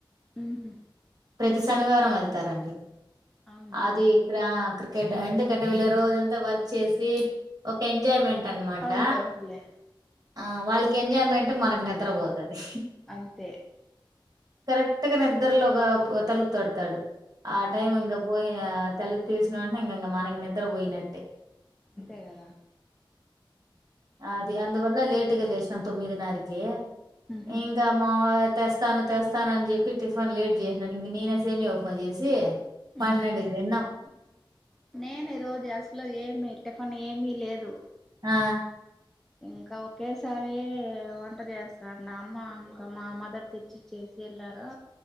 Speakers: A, in the centre; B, on the right (about 45°).
A: ఉహు
B: ప్రతి శనివారం వెళ్తారండి
A: అవునా
B: అది ఇక్కడ ఎందుకంటే వీళ్ళ రోజంతా వర్క్ చేసి ఒక ఎంజాయ్మెంట్ అనమాట
A: అవునులే అవునులే
B: ఆ వాళ్ళకి ఎంజాయ్మెంట్ మనకు నిద్రపోతది
A: అంతే
B: కరెక్ట్గా నిద్రలో ఒక తలుపు తడతాడు ఆ టైం
A: అవును
B: ఇంక పోయి తలుపు తీసిన అంటే ఇంకా ఇంక మనకి నిద్రపోయినట్టే
A: అంతేగదా
B: అది అందువల్ల లేటుగా లేసినాం తొమ్మిది నారకి
A: ఉహు
B: ఇంకా మావారు తెస్తాను తెస్తాను అని చెప్పి టిఫిన్ లేట్ చేసినడు ఇంక నేనే సేమ్యా ఉప్మా చేసి
A: ఉమ్
B: పన్నెండికి తిన్నాం
A: నేను ఈ రోజు అస్లు ఏమి టిఫన్ ఏమీ లేదు
B: ఆ
A: ఇంకా ఒకేసారి వంట చేస్తాండా అమ్మంకా ఒక మా మదర్ తెచ్చి ఇచ్చేసి వెళ్ళారు